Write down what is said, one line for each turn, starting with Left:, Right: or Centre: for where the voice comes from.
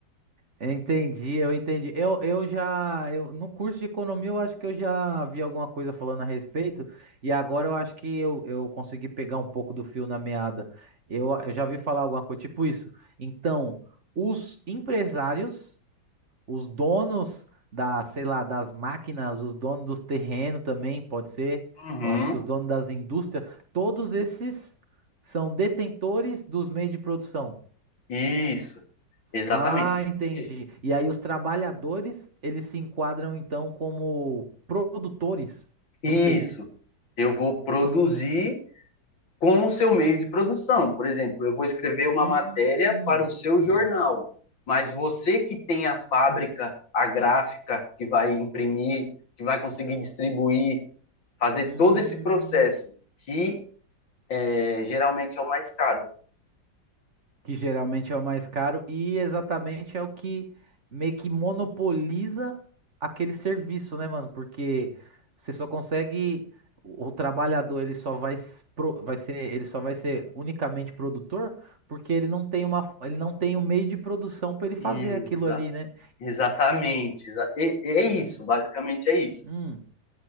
Right: Entendi, eu entendi. Eu, eu já, eu, no curso de economia, eu acho que eu já vi alguma coisa falando a respeito, e agora eu acho que eu, eu consegui pegar um pouco do fio na meada. Eu, eu já vi falar alguma coisa tipo isso. Então, os empresários, os donos da, sei lá, das máquinas, os donos dos terrenos também, pode ser.
Left: Uhum,
Right: Eu acho que os donos das indústrias, todos esses são detentores dos meios de produção.
Left: isso. Exatamente.
Right: Ah, entendi.
Left: Por quê?
Right: E aí os trabalhadores, eles se enquadram então como produtores?
Left: Isso.
Right: Não sei.
Left: Eu vou produzir com o seu meio de produção. Por exemplo, eu vou escrever uma
Right: Hum,
Left: matéria para o seu
Right: hum,
Left: jornal, mas você que tem a fábrica, a gráfica, que vai imprimir, que vai conseguir distribuir, fazer
Right: hum.
Left: todo esse processo, que é, geralmente é o mais caro.
Right: que geralmente é o mais caro e exatamente é o que meio que monopoliza aquele serviço, né, mano? Porque você só consegue o o trabalhador, ele só vai, s- pro- vai ser, ele só vai ser unicamente produtor porque ele não tem uma, ele não tem um meio de produção para ele fazer
Left: Exa-
Right: aquilo ali, né?
Left: exatamente. exa- é é isso, basicamente é isso.
Right: Hum.